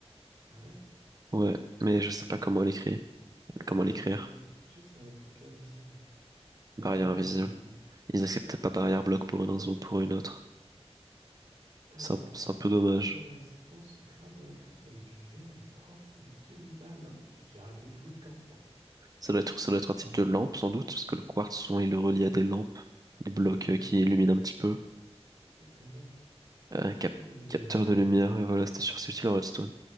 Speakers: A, on the right (about 75°); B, on the right (about 35°).
A: Ah ouais?
B: Ouais, mais je sais pas comment l'écrire.
A: Je sais que
B: Comment
A: c'est un
B: l'écrire?
A: truc invi... je sais que c'est un truc invisible.
B: Barrière
A: Barrière
B: invisible.
A: invisible.
B: Ils
A: Ah.
B: acceptaient pas barrière bloc pour une raison ou pour une autre.
A: Alors,
B: C'est un,
A: à
B: c'est un peu dommage.
A: quoi correspond ce craft dans les crafts avec du verre, du quartz et des demi-dalles? Non mais j'ai j'ai arrêté de jouer quand, en fait?
B: Ça doit être, ça doit être un type de lampe sans doute, parce que le quartz, souvent, il le relie à des lampes, des blocs
A: Oh là
B: euh,
A: là,
B: qui illuminent un petit peu.
A: c'est étonnant.
B: Un
A: Capteur
B: cap-
A: de lumière.
B: capteur
A: Ah
B: de lumière,
A: ouais, t'as raison.
B: et voilà, c'était sur c'est utile en redstone.